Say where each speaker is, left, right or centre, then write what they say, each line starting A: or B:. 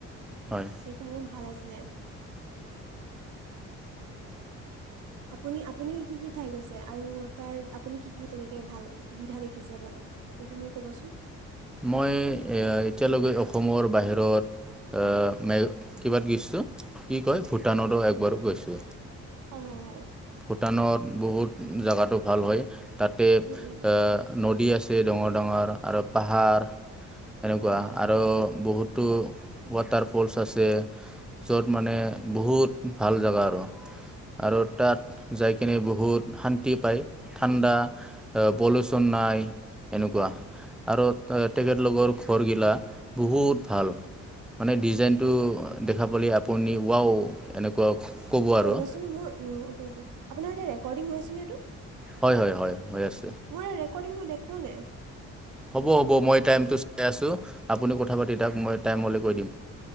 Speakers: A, in the centre; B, on the right.
A: হয়
B: সেইসমূহ ভাল আছিলে। আপুনি আপুনি কি কি ঠাই গৈছে আৰু তাৰ আপুনি কি কি তেনেকৈ ভাল সুবিধা দেখিছে বা সেইসমূহ ক'বচোন
A: মই এতিয়ালৈকে অসমৰ বাহিৰত এ কিবাত গৈছোঁ কি কয় ভূটানতো এবাৰ গৈছোঁ।
B: হয় হয় হয়
A: ভূটানত বহুত জোগাটো ভাল হয়। তাতে এ
B: উম, উম,
A: নদী আছে ডাঙৰ ডাঙৰ আৰু পাহাৰ। এনেকুৱা
B: হয় হয়
A: আৰু বহুতো ৱাটাৰফলছ আছে। য'ত মানে বহুত ভাল জেগা আৰু আৰু তাত যাই কিনে বহুত শান্তি পায় ঠাণ্ডা আহ পলিচন নাই এনেকুৱা আৰু তেখেত লোকৰ ঘৰগিলা বহুত ভাল। মানে ডিজাইনটো দেখা পালে আপুনি ৱাও এনেকুৱা ক'ব
B: অ
A: আৰু
B: ৰ'বাচোন মোৰ আপোনাৰ এনে ৰেকৰ্ডিং হৈছেনে এইটো
A: হয় হয় হয় হৈ আছে।
B: মোৰ ৰেকৰ্ডিং মই দেখুওৱা নাই।
A: হ'ব হ'ব মই টাইমটো চাই আছোঁ আপুনি কথা পাতি থাক মই টাইম হলে কৈ দিম।